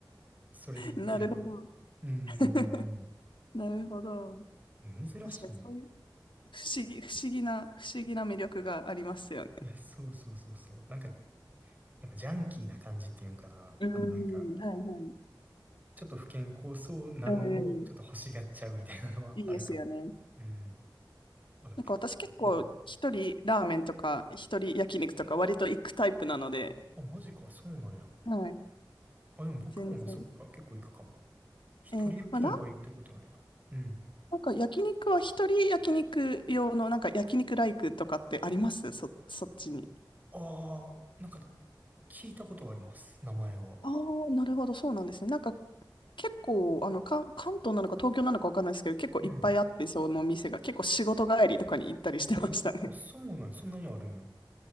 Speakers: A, on the right (about 20°); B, on the left (about 90°).
A: それで行ってるから。
B: なるほど。
A: うんう
B: <laughs>
A: ん
B: なるほど。
A: うんうん。珍しいな。
B: 確かにそういう不思議、不思議な、不思議な魅力がありますよね。
A: いや、そうそうそうそう。なんか、やっぱジャンキーな感じっていうんかな。
B: うん、
A: あの、なんか、
B: はいはい。
A: ちょっと不健康そうなのを、
B: うん、
A: ちょっと欲しがっちゃうみたいなのはあるかも。
B: いいですよね。
A: うん。あ、でも結構、
B: なんか私結構一人ラーメンとか一人焼肉とか割と行くタイプなので、
A: うん。あ、マジか、そうなんや。
B: はい。
A: あ、でも僕もまあそっか、
B: 全然。
A: 結構行くかも。一人焼肉は行ったことないな。
B: えーまあ、ラーメン
A: うん。
B: なんか焼肉は一人焼肉用のなんか焼肉ライクとかってありますそ、そっちに。
A: ああ、なんか聞いたことはあります、名前は。
B: ああ、なるほど、そうなんですね。なんか結構あの関関東なのか東京なのかわかんないですけど、結構いっぱいあって、
A: うん。
B: その店が結構仕事帰りとかに行ったりしてましたね。
A: うんあ、そうなんや、そんなにあるんや。